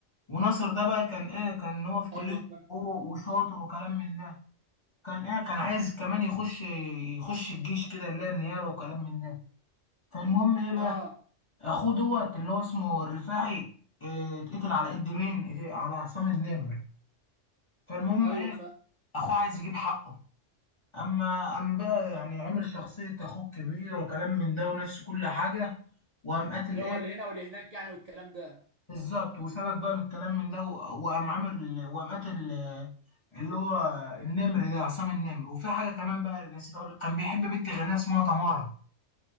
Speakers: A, on the left; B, on the right.
A: وناصر ده بقى كان ايه كان هو في كلية
B: ايوه فاهم
A: حقوق وشاطر وكلام من ده كان ايه كان عايز كمان يخش يخش الجيش كده اللي هي النيابة وكلام من ده فالمهم ايه
B: اه
A: بقى اخوه دوت اللي هو اسمه الرفاعي آه، اتقتل على ايد مين إيد- على عصام النمر فالمهم
B: ايوه
A: ايه
B: فاهم
A: اخوه عايز يجيب حقه اما قام بقى يعني عمل شخصية اخوه كبير وكلام من ده ونفس كل حاجة وقام قاتل
B: اللي
A: ايه
B: هو اللي هنا واللي هناك يعني والكلام ده
A: بالظبط وسبك بقى من الكلام من ده و- وقام عامل وقام قاتل آه، اللي هو النمر ده عصام النمر وفي حاجة كمان بقى نسيت اقول كان بيحب بنت غنية اسمها تمارا